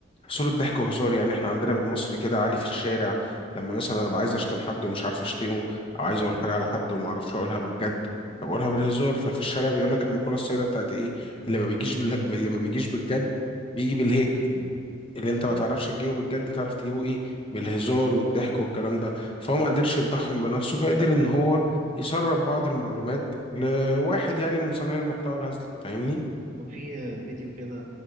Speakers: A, on the left; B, on the right.
A: صورة ضحك وهزار يعني احنا عندنا بالمصري كده عالي في الشارع لما مثلا ابقى عايز اشتم حد ومش عارف اشتمه او عايز اقول حاجة على حد وما اعرفش اقولها بالجد فبقولها بالهزار ففي الشارع بيقول لك المقولة السائدة بتاعت ايه اللي ما بيجيش بال... اللي ما بيجيش بالجد بيجي بالهق
B: بيجي بيقول-
A: اللي انت
B: اه
A: ما تعرفش تجيبه بالجد تعرف تجيبه ايه بالهزار والضحك والكلام ده فهو ما قدرش يفضحهم بنفسه فقدر ان هو يسرب بعض المعلومات لواحد يعني من صنايع المحتوى الهزلي فاهمني
B: كان في فيديو كده